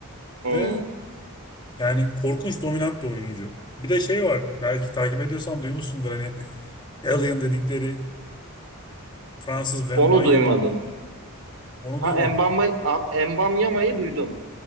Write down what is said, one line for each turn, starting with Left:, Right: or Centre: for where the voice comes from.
Right: hı.
Left: Ve yani korkunç dominant bir oyuncu. Bir de şey var belki takip ediyorsan duymuşsundur hani Alien dedikleri Fransız Wembanyama
Right: Onu duymadım.
Left: var. Onu
Right: Ha
Left: duymadın.
Right: Embamma, A- Embamyama'yı duydum.